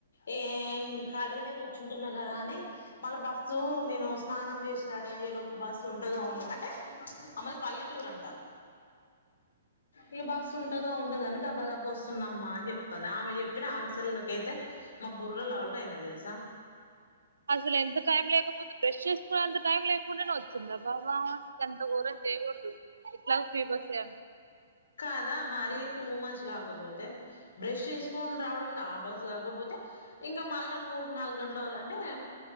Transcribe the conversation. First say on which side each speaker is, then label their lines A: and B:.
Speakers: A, on the left (about 70°); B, on the right (about 75°).
A: ఏ ఖాళీగానే కూర్చుంటున్నా కదా అని మళ్ళా బస్సు నేను స్నానం చేస్ రెడీ అయ్యేలోపు బస్సు ఉంటాదో ఉండ అంటే ఆ మళ్లీ పల్లెటూరంట ఇగ బస్సు ఉంటాదో ఉండదో అని దబ దబ వస్తున్నమ్మా అని చెప్తాంది ఆమె చెప్పిన ఆన్సర్లకి అయితే బుర్రలు అవుట్ అయినాయ్ తెలుసా
B: అసలు ఎంత టైం లేకపోతే బ్రష్ చేసుకునేంత టైం లేకుండానే వచ్చింద బ ఇంత ఘోరం చేయకూడదు ఎట్లాగో ఫ్రీ బస్ ఏ అని
A: కాద మరీ టూమచ్ కాకపోతే బ్రష్ చేసుకొని రావ ఆ బస్ కాకపోతే ఇంక మళ్ళా మూడు నాలుగు గంటల వర అంటే